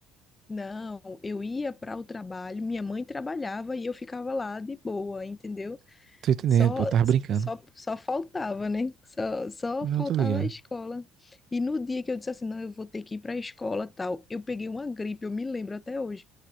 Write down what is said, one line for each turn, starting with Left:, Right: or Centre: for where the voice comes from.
Left: Não, eu ia para o trabalho, minha mãe trabalhava e eu ficava lá de boa, entendeu?
Right: Tô entendendo,
Left: Só,
Right: pô, tava brincando.
Left: só, só faltava, né? Só, só
Right: Não,
Left: faltava
Right: tô ligado.
Left: a escola. E no dia que eu disse assim, não, eu vou ter que ir para a escola, tal, eu peguei uma gripe, eu me lembro até hoje.